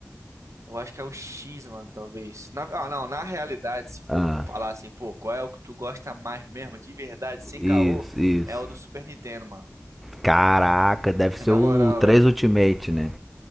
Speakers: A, on the right (about 80°); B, in the centre.
A: Eu acho que é o X, mano, talvez. Na- ah, não, na realidade, se for
B: Ah,
A: falar assim, pô, qual é o que tu gosta mais mesmo, de verdade, sem
B: isso,
A: caô,
B: isso.
A: é o do Super Nintendo, mano.
B: Caraca, deve
A: <laughs>
B: ser
A: Na
B: o
A: moral,
B: 3
A: velho.
B: Ultimate, né?